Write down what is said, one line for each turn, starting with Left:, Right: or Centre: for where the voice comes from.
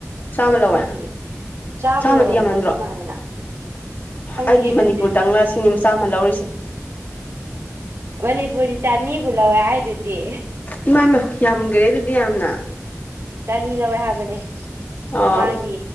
Left: ꯆꯥꯝꯃ ꯂꯧꯋꯦ
Right: ꯈꯪꯗꯦꯌꯦ ꯆꯥꯝꯃ
Left: ꯆꯥꯝꯃꯗꯤ
Right: ꯌꯧꯔꯝꯗꯧꯗꯤ
Left: ꯌꯥꯝꯃꯟꯗ꯭ꯔꯣ
Right: ꯃꯥꯜꯂꯦꯅ ꯈꯪꯗꯦ
Left: ꯑꯩꯗꯤ
Right: ꯑꯗꯨꯅꯦ
Left: ꯃꯅꯤꯄꯨꯔꯗꯪꯂ ꯁꯤꯅꯤꯆꯥꯝꯃ ꯂꯧꯔꯤꯁꯦ
Right: ꯃꯅꯤꯄꯨꯔꯤ ꯆꯅꯤꯕꯨ ꯂꯧꯋꯦ ꯍꯥꯏꯗꯨꯗꯤ
Left: ꯏꯝ ꯃꯥꯏ ꯌꯥꯝꯈ꯭ꯔꯦ ꯑꯗꯨꯗꯤ ꯌꯥꯝꯅ
Right: ꯆꯅꯤ ꯂꯧꯋꯦ ꯍꯥꯏꯕꯅꯦ
Left: ꯑꯣ
Right: ꯃꯃꯥꯡꯒꯤ